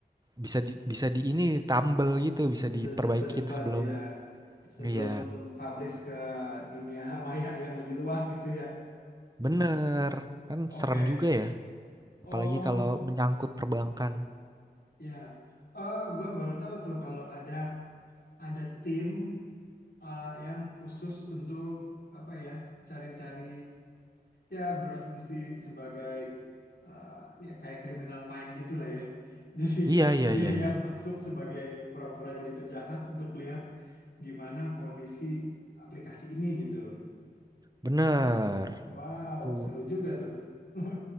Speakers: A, on the right; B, on the left.
A: bisa di, bisa di ini tambel gitu, bisa
B: Bisa
A: diperbaikin
B: cepat-cepat
A: sebelum.
B: ya. Sebelum
A: Iya,
B: publish ke dunia <laughs> maya yang lebih luas gitu ya.
A: bener. Kan
B: Oke.
A: serem juga ya,
B: Oh,
A: apalagi kalau menyangkut perbankan.
B: ya. Oh, gue baru tahu tuh kalau ada ada tim uh, yang khusus untuk apa ya, cari-cari ya berfungsi sebagai eh, ya kayak criminal mind gitu lah ya. <laughs> Jadi
A: Iya, iya,
B: dia
A: iya, iya.
B: yang masuk sebagai pura-pura jadi penjahat untuk lihat gimana kondisi aplikasi ini gitu.
A: Bener.
B: Eh, Wow,
A: Tuh.
B: seru juga tuh <laughs>